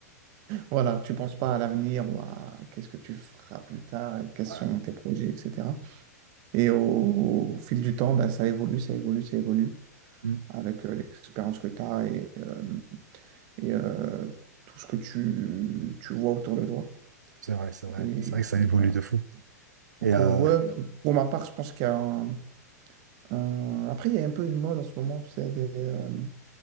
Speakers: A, on the right; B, on the right.
A: Voilà, tu penses pas à l'avenir ou à qu'est-ce que tu feras plus tard, quels
B: Ouais.
A: sont tes projets, etc. Et au, au fil du temps, bah, ça évolue, ça évolue, ça évolue
B: Mm.
A: avec euh, l'expérience que tu as et, euh, et euh, tout ce que tu, tu vois autour de toi.
B: C'est vrai, c'est vrai.
A: Et,
B: C'est vrai que ça évolue
A: voilà.
B: de fou. Et
A: Donc,
B: euh,
A: euh, ouais, Mais pour, non. pour ma part, je pense qu'il y a un, un- Après, il y a un peu une mode en ce moment, c'est des, euh,